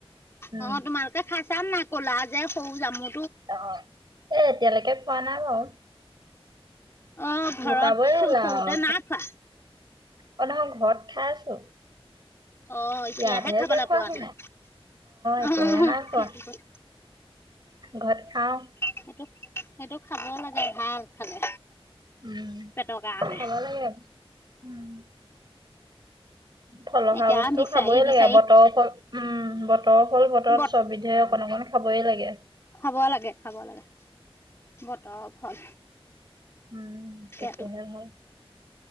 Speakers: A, on the right; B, on the left.
A: উম
B: অ, তোমালোকে খাইছা নে নাই কলা যে সৰু জামু
A: অ, এ এতিয়ালৈকে খোঁৱা নাই বাও।
B: অ ঘৰত
A: লুকাবই
B: সৰুতে
A: হল আও।
B: নাই খোৱা
A: অ, নহয় ঘৰত খাই আছো।
B: অ এতিয়াহে
A: ইয়াতহে
B: খাবলৈ
A: এতিয়া খোৱাহি
B: পোৱা নাই?
A: এতিয়াহে
B: অ হ
A: নাই খোৱা
B: সেইটো কথা।
A: ঘৰত খাও
B: সেটো সেইটো খাব লাগে, ভাল খালে।
A: উম
B: পেটৰ কাৰণে
A: খাব লাগে। উম। থলুৱা হোৱা
B: এতিয়া
A: বস্তু
B: বিচাৰি
A: খাবই
B: বিচাৰি
A: লাগে। বতৰ ফল উম বতৰ ফল বতৰত
B: বত
A: চব বিধে অকণ অকণ খাবই লাগে।
B: খাব লাগে, খাব লাগে বতৰ ফল।
A: উম,
B: সেইটো
A: এতিয়া হে ভাল।